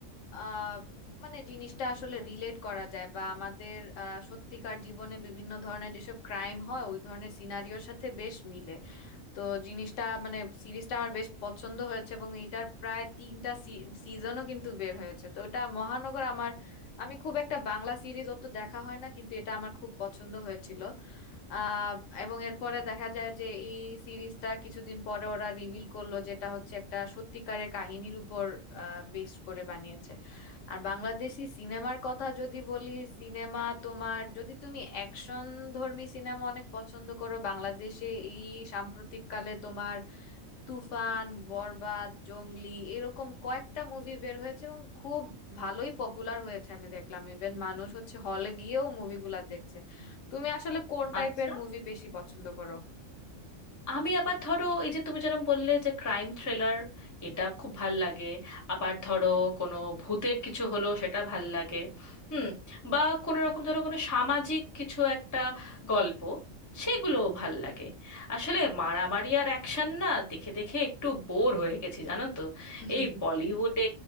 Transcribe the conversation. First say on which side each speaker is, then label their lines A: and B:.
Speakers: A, on the left; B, on the left.
A: আহ মানে জিনিসটা আসলে রিলেট করা যায় বা আমাদের আহ সত্যিকার জীবনে বিভিন্ন ধরনের যেসব ক্রাইম হয় ওই ধরনের সিনারিওর সাথে বেশ মিলে তো জিনিসটা মানে সিরিজটা আমার বেশ পছন্দ হয়েছে এবং এটার প্রায় তিনটা সিজনও কিন্তু বের হয়েছে তো এটা মহানগর আমার আমি খুব একটা বাংলা সিরিজ অত দেখা হয় না কিন্তু এটা আমার খুব পছন্দ হয়েছিল আহ এবং এরপরে দেখা যায় যে এই সিরিজটা কিছুদিন পরে ওরা রিভিল করলো যেটা হচ্ছে একটা সত্যিকারের কাহিনীর উপর বেস করে বানিয়েছে আর বাংলাদেশি সিনেমার কথা যদি বলি সিনেমা তোমার যদি তুমি অ্যাকশন ধর্মী সিনেমা অনেক পছন্দ করো বাংলাদেশে এই সাম্প্রতিককালে তোমার তুফান বরবাদ জংলি এরকম কয়েকটা মুভি বের হয়েছে এবং খুব ভালোই পপুলার হয়েছে আমি দেখলাম ইভেন মানুষ হচ্ছে হলে গিয়েও মুভিগুলা দেখছে তুমি আসলে কোন টাইপের
B: আচ্ছা,
A: মুভি বেশি পছন্দ করো
B: আমি আবার ধরো এই যে তুমি যেরকম বললে যে ক্রাইম থ্রিলার এটা খুব ভাল লাগে আবার ধরো কোনো ভূতের কিছু হলো সেটা ভাল লাগে হুম বা কোনো রকম ধরো কোনো সামাজিক কিছু একটা গল্প সেগুলোও ভাল লাগে আসলে মারামারি আর অ্যাকশন না দেখে দেখে একটু বোর হয়ে গেছি জানো তো
A: <laughs>
B: এই বলিউডে